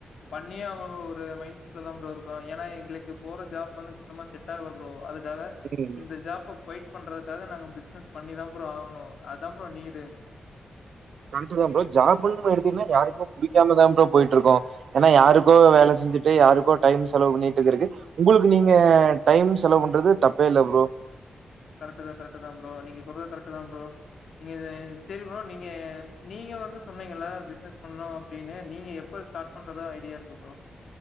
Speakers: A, on the left; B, on the right.
A: பண்ணியே ஆகனும்னு ஒரு மைண்ட் செட்ல தா ப்ரோ இருக்கோ ஏன்னா எங்களுக்கு போற ஜாப் வந்து சுத்தமாக செட் ஆகல ப்ரோ அதுக் காக
B: ம்
A: இந்த ஜாப்ப கொய்ட் பண்றதுக்காக நாங்க பிசினஸ் பண்ணிதா ப்ரோ ஆகணு அதா ப்ரோ நீடு
B: கரெட்டு தா ப்ரோ ஜாப்புனு எடுத்தீங்கன்னா யார்க்குமே புடிக்காம தா ப்ரோ போயிட்ருக்கோ ஏன்னா யாருக்கோ வேல செஞ்சுட்டு யாருக்கோ டைம் செலவு பண்ணிட்டுகிறக்கு உங்களுக்கு நீங்க டைம் செலவு பண்றது தப்பே இல்ல ப்ரோ
A: கரெட்டுதா கரெட்டுதா ப்ரோ நீங்க சொல்றத கரெட்டுதா ப்ரோ நீங்க செரி ப்ரோ நீங்க நீங்க வந்து சொன்னீங்கல பிசினஸ் பண்ணு அப்டின்னு நீங்க எப்ப ஸ்டார்ட் பண்றதா ஐடியா இருக்கு ப்ரோ